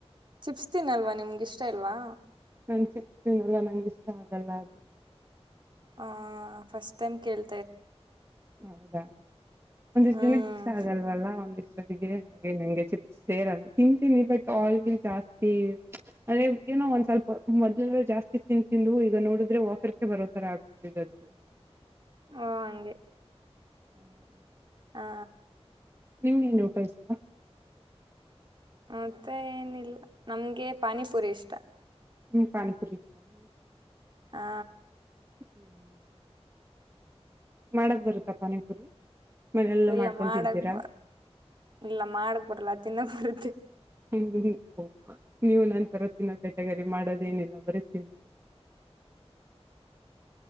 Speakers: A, on the right; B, on the right.
A: ಚಿಪ್ಸ್ ತಿನ್ನಲ್ವ, ನಿಮ್ಗ್ ಇಷ್ಟ ಇಲ್ವಾ?
B: ನಾನ್ ಚಿಪ್ಸ್ ತಿನ್ನಲ್ಲ ನಂಗ್ ಇಷ್ಟ ಆಗಲ್ಲ ಅದು.
A: ಹಾ ಫಸ್ಟ್ ಟೈಮ್ ಕೇಳ್
B: ಹೌದಾ, ಒಂದಿಷ್ಟ್
A: ಹ್ಮ್
B: ಜನಕ್ ಇಷ್ಟ ಆಗಲ್ವಲ್ಲ ಒಂದಿಷ್ಟ್ <unintelligible> ಹಾಗೆ ನಂಗೆ ಚಿಪ್ಸ್ ಸೇರಲ್ಲ. ತಿಂತೀನಿ ಬಟ್ ಆಯಿಲಿ ಜಾಸ್ತಿ ಅದೇ ಏನೋ ಒಂದ್ ಸ್ವಲ್ಪ ಮೊದ್ಲೆಲ್ಲಾ ಜಾಸ್ತಿ ತಿಂದ್ ತಿಂದು ಈಗ ನೋಡದ್ರೆ ವಾಕರಿಕೆ ಬರೋ ತರ ಆಗ ಬಿಟ್ಟಿದೆ ಅದೆಲ್ಲ.
A: ಓ ಹಂಗೆ
B: <unintelligible>
A: ಹಾ.
B: ನಿಮ್ಗೇನ್ ಊಟ ಇಷ್ಟ?
A: ಮತ್ತೆ ಏನಿಲ್ಲ, ನಮ್ಗೆ ಪಾನಿಪುರಿ ಇಷ್ಟ.
B: ನಿಮ್ಗ್ ಪಾನಿಪುರಿ ಇಷ್ಟಾನ?
A: ಹಾ.
B: ಹ್ಮ್ ಹುಹೂ. ಮಾಡಕ್ ಬರುತ್ತಾ ಪಾನಿಪುರಿ ಮನೇಲೆಲ್ಲ
A: ಇಲ್ಲ
B: ಮಾಡ್ಕೊಂಡ್
A: ಮಾಡಕ್
B: ತಿಂತೀರಾ.
A: ಬ ಇಲ್ಲ ಮಾಡಕ್ ಬರಲ್ಲ ತಿನ್ನಕ್ ಬರುತ್ತೆ.
B: <unintelligible> ನೀವು ನನ್ ತರ ತಿನ್ನಕ್ ಕೆಟಗರಿ ಮಾಡೋದೇನಿಲ್ಲ. ಬರಿ ತಿನ್ನದು.